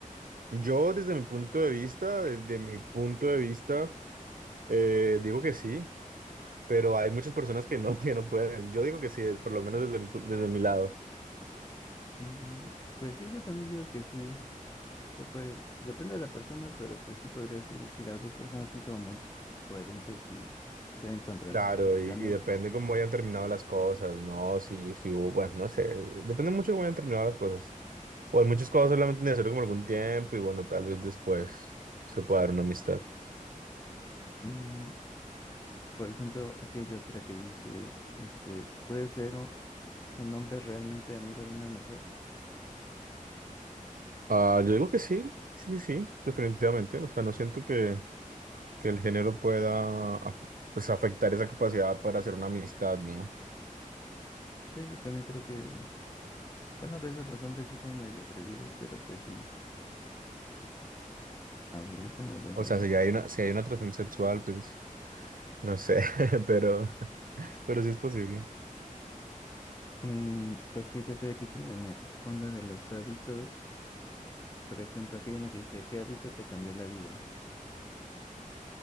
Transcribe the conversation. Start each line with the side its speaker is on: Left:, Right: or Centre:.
Right: Yo desde mi punto de vista, desde mi punto de vista, eh, digo que sí, pero hay muchas personas que no, <laughs> que no pueden. Yo digo que sí, por lo menos desde mi, pu- desde mi lado.
Left: Mm, pues sí, yo también digo que sí. Sí, pues depende de la persona, pero pues sí podría decir, si las dos personas son como muy coherentes y saben controlar
Right: Claro,
Left: sus emociones,
Right: y, y depende
Left: pues
Right: cómo hayan terminado las cosas, ¿no? Si, si hubo, bueno, no sé, depende mucho de cómo hayan terminado las cosas. O
Left: sí.
Right: hay muchas cosas solamente necesario como algún tiempo y bueno, tal vez después se pueda dar una amistad.
Left: Mm, por ejemplo, aquí hay otra que dice, este, ¿puede ser un, un hombre realmente amigo de una mujer?
Right: Ah, yo digo que sí, sí, sí, sí, definitivamente. O sea, no siento que... que el género pueda af- pues, afectar esa capacidad para hacer una amistad, ¿no?
Left: Sí, yo también creo que, bueno, a veces los hombres sí son medio atrevidos, pero pues sí. A ver, déjame ver.
Right: O
Left: ot-
Right: sea, si hay una, si hay una atracción sexual, pues no sé, <laughs> pero, pero sí es posible.
Left: Mm, pues que ya estoy aquí como en el onda de los hábitos. Por ejemplo, aquí hay una que dice, ¿qué hábito te cambió la vida?